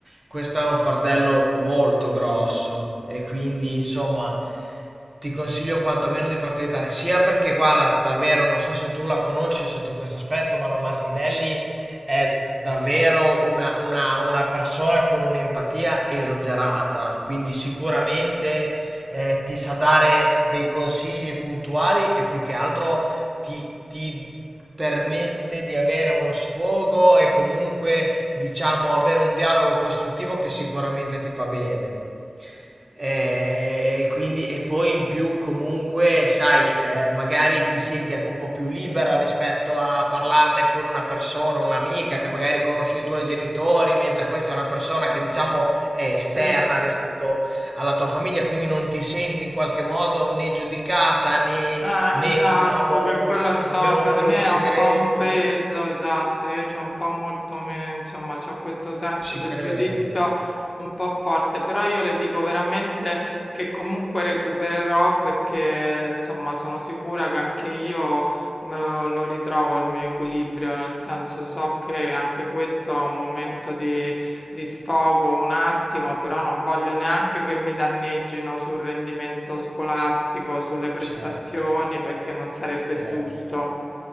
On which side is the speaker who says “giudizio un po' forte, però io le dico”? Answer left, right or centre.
Left